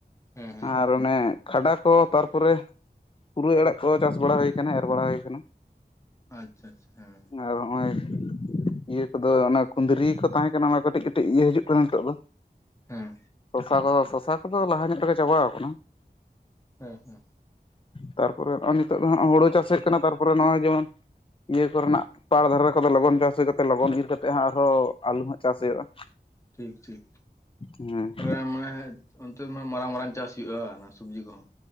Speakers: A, on the left; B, on the left.
A: ᱦᱮᱸ ᱦᱮᱸ
B: ᱟᱨ ᱟᱱᱮ ᱠᱷᱟᱰᱟ ᱠᱚ ᱛᱟᱨᱯᱚᱨᱮ ᱯᱩᱨᱟᱹᱭ ᱟᱲᱟᱜ ᱠᱚ ᱪᱟᱥ ᱵᱟᱲᱟ ᱦᱩᱭ ᱟᱠᱟᱱᱟ ᱮᱨ ᱵᱟᱲᱟ ᱦᱩᱭ ᱟᱠᱟᱱᱟ᱾
A: ᱟᱪᱪᱷᱟ ᱟᱪᱪᱷᱟ ᱦᱩᱸ᱾
B: ᱟᱨ ᱱᱚᱜ ᱚᱭ ᱤᱭᱟᱹ ᱠᱚᱫᱚ ᱚᱱᱟ ᱠᱩᱸᱫᱽᱨᱤ ᱠᱚ ᱛᱟᱦᱮᱸᱠᱟᱱᱟ ᱚᱱᱟ ᱠᱟᱹᱴᱤᱡ ᱠᱟᱹᱴᱤᱡ ᱤᱭᱟᱹ ᱦᱤᱡᱩᱜ ᱠᱟᱱᱟ ᱱᱤᱛᱚᱜ ᱫᱚ
A: ᱦᱮᱸ
B: ᱥᱚᱥᱟ ᱠᱚᱫᱚ ᱥᱚᱥᱟ ᱠᱚᱫᱚ ᱞᱟᱦᱟ ᱧᱚᱜ ᱛᱮᱜᱮ ᱪᱟᱵᱟᱣ ᱠᱟᱱᱟ᱾
A: ᱦᱮᱸ ᱦᱮᱸ
B: ᱛᱟᱨᱯᱚᱨᱮ ᱱᱚᱜᱼᱚᱭ ᱱᱤᱛᱚᱜ ᱫᱚ ᱦᱟᱸᱜ ᱦᱩᱲᱩ ᱪᱟᱥ ᱦᱩᱭᱩᱜ ᱠᱟᱱᱟ ᱛᱟᱨᱯᱚᱨ ᱱᱚᱜᱼᱚᱭ ᱡᱮᱢᱚᱱ ᱤᱭᱟᱹ ᱠᱚᱨᱮᱱᱟᱜ ᱯᱟᱲ ᱫᱷᱟᱨᱮ ᱛᱚᱵᱮ ᱞᱚᱜᱚᱱ ᱪᱟᱥ ᱦᱩᱭ ᱠᱟᱛᱮᱫ ᱞᱚᱜᱚᱱ ᱤᱨ ᱠᱟᱛᱮ ᱦᱟᱜ ᱟᱨᱦᱚᱸ ᱟᱞᱩ ᱦᱟᱜ ᱪᱟᱥ ᱦᱩᱭᱩᱜᱼᱟ᱾
A: ᱴᱷᱤᱠ ᱴᱷᱤᱠ
B: ᱦᱮᱸ
A: ᱛᱟᱦᱞᱮ ᱢᱟᱱᱮ ᱚᱱᱛᱮ ᱢᱟ ᱢᱟᱨᱟᱝ ᱢᱟᱨᱟᱝ ᱪᱟᱥ ᱦᱩᱭᱩᱜᱼᱟ ᱚᱱᱟ ᱥᱚᱵᱽᱡᱤ ᱠᱚᱦᱚᱸ,